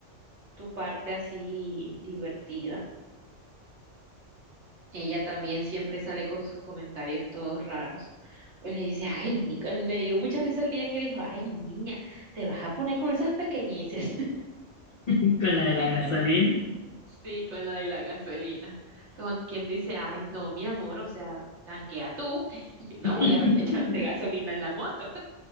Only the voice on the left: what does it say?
<laughs> con la de la
gasolina.
<laughs>